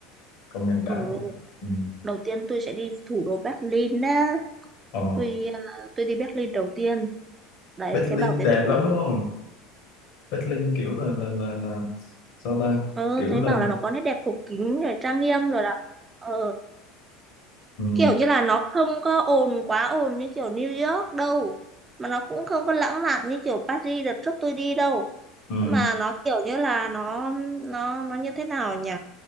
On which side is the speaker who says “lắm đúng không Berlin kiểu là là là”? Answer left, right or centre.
Left